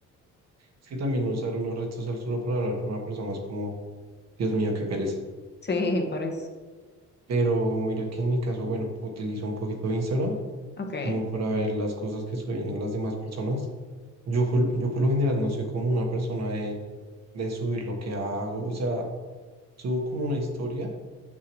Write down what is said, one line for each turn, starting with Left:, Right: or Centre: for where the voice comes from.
Right: Es que también no usar una red social solo para hablar con una persona es como, Dios mío, qué pereza.
Left: Sí, por eso.
Right: Pero mira que en mi caso, bueno, utilizo un poquito de Instagram
Left: Ok,
Right: como para ver las cosas que suben las demás personas. Yo, jol- yo por lo general no soy como una persona de, de subir lo que hago. O sea, subo como una historia